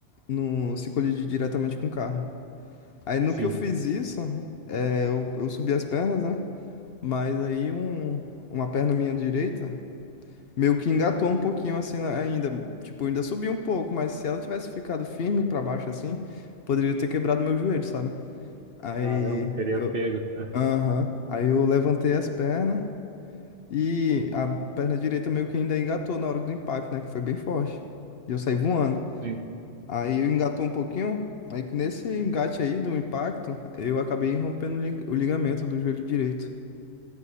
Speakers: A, on the left (about 55°); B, on the right (about 55°).
A: não se colidir diretamente com o carro. Aí no
B: Sim.
A: que eu fiz isso, é, eu, eu subi as pernas, né? Mas aí um, uma perna minha direita meio que engatou um pouquinho assim na- ainda, tipo, ainda subiu um pouco, mas se ela tivesse ficado firme pra baixo assim, poderia ter quebrado meu joelho, sabe? Aí
B: Caramba, teria
A: eu,
B: pego, né?
A: aham, aí eu levantei as pernas e a perna direita meio que ainda engatou na hora do impacto, né, que foi bem forte. E eu saí voando.
B: Sim,
A: Aí eu engatou um pouquinho, aí nesse engate aí do impacto, eu acabei rompendo o lig- o ligamento do joelho direito.